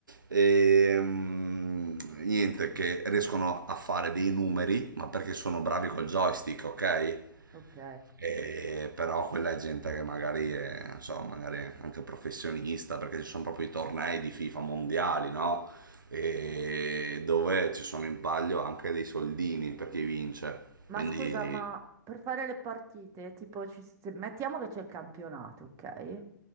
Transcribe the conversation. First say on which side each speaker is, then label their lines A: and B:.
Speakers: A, on the right; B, on the right.
A: Ehm, niente, che riescono a fare dei numeri, ma perché sono bravi col joystick, ok?
B: <laughs> Ok.
A: E però quella è gente che magari è, non so, magari anche professionista, perché ci sono proprio i tornei di FIFA mondiali, no? E dove ci sono in palio anche dei soldini per chi vince.
B: Ma
A: Quindi,
B: scusa, ma per fare le partite, tipo, ci- se- mettiamo che c'è il campionato, ok?